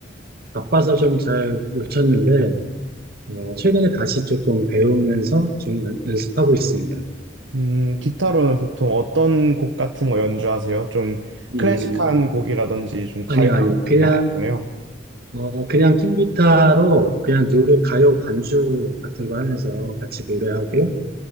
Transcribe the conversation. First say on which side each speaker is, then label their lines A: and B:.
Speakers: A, on the right; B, on the right.
A: 바빠서 좀 잘 못 쳤는데, 어, 최근에 다시 조금 배우면서 좀 연- 연습하고 있습니다.
B: 음, 기타로는 보통 어떤 곡 같은 거 연주하세요? 좀
A: 음,
B: 클래식한 곡이라든지 좀 가요
A: 아니요, 아니요.
B: 같은
A: 그냥,
B: 게 많잖아요.
A: 어, 그냥 통기타로 그냥 노래, 가요 반주 같은 거 하면서 같이 노래하고